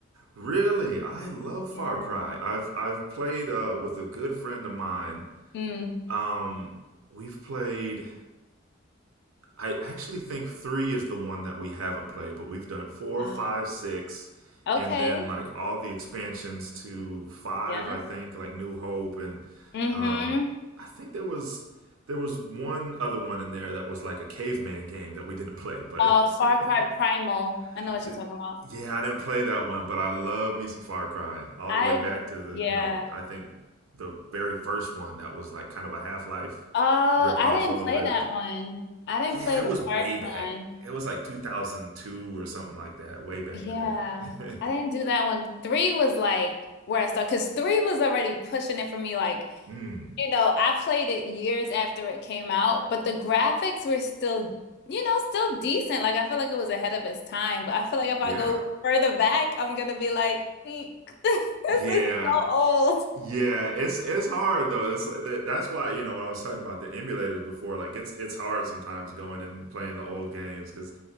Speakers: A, on the right; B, on the left.
A: Really, I love Far
B: Yeah.
A: Cry. I've I've played uh with a good friend of mine
B: Mm.
A: Um, we've played. I actually think three is the one that we haven't played, but we've done four,
B: Ah,
A: five, six,
B: Okay.
A: and then like all the expansions to five.
B: yeah.
A: I think like New Hope, and
B: Mm-hmm.
A: um, I think there was there was one other one in there that was like a caveman game that we didn't play, but
B: Uh, Far
A: <laughs>
B: Cry Primal. I know what
A: D-
B: you're talking about.
A: yeah, I didn't play that one, but I love me some Far Cry all
B: I,
A: the way back to the
B: yeah.
A: you know I think the very first one that was like kind of a Half Life
B: Oh,
A: ripoff
B: I didn't
A: a little
B: play
A: bit.
B: that one. I didn't
A: Yeah,
B: play
A: it
B: the
A: was way
B: first
A: back.
B: one.
A: It was like 2002 or something like that, way back
B: Yeah,
A: in the day.
B: I didn't do that one. Three was like where I started because three was already pushing it for me. Like,
A: <laughs> mm,
B: you know, I played it years after it came out, but the graphics were still, you know, still decent. Like, I feel like it was ahead of its time, but I feel like if
A: yeah,
B: I go further back, I'm gonna be like, "Eek, <laughs> this
A: yeah,
B: is so old.
A: Yeah, it's it's hard though. It's like that's why you know when I was talking about the emulators before, like it's it's hard sometimes going and playing the old games because,